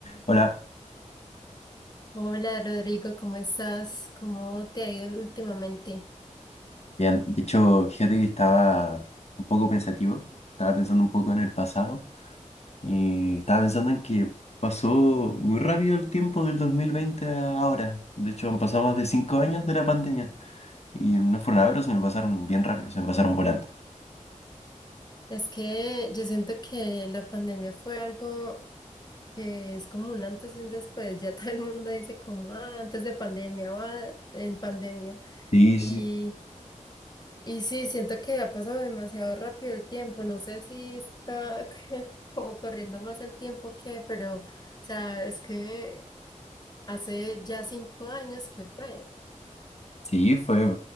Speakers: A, on the left (about 55°); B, on the left (about 30°).
A: Hola,
B: Hola Rodrigo, ¿cómo estás? ¿Cómo te ha ido últimamente?
A: bien. De hecho, fíjate que estaba un poco pensativo, estaba pensando un poco en el pasado y estaba pensando en que pasó muy rápido el tiempo del 2020 a ahora. De hecho, han pasado más de cinco años de la pandemia y no fueron nada, pero se me pasaron bien rápido, se me pasaron volando.
B: Es que yo siento que la pandemia fue algo que es como un antes y un después. <laughs> Ya todo el mundo dice como "Ah, antes de pandemia o "Ah, en pandemia.
A: Sí,
B: Y,
A: sí.
B: y sí, siento que ha pasado demasiado rápido el tiempo. No sé si está <laughs> como corriendo más el tiempo que, pero, o sea, es que hace ya cinco años que fue.
A: Sí, fue